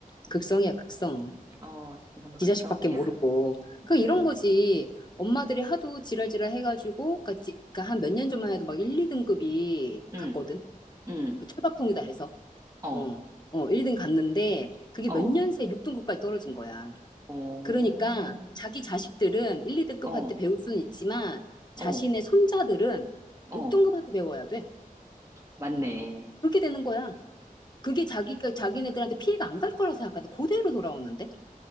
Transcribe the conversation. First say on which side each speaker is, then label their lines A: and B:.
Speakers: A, on the right (about 20°); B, on the left (about 30°).
A: 음,
B: 극성이야, 극성.
A: 어, 정말
B: 지
A: 극성이야.
B: 자식밖에 모르고. 그
A: 음,
B: 이런 거지. 엄마들이 하도 지랄지랄 해가지고, 그니까, 그니까 한 몇 년 전만 해도 막 1, 2등급이
A: 음,
B: 갔거든.
A: 음,
B: 그 철밥통이다 해서.
A: 어,
B: 어, 어, 1등 갔는데, 그게
A: 어,
B: 몇 년 새에 6등급까지 떨어진 거야.
A: 오,
B: 그러니까 자기 자식들은 1, 2등급한테
A: 어,
B: 배울 수는 있지만
A: 어,
B: 자신의 손자들은
A: 어,
B: 6등급한테 배워야 돼.
A: 맞네.
B: 그렇게 되는 거야. 그게 자기가 자기네들한테 피해가 안 갈 거라고 생각하는데 그대로 돌아오는데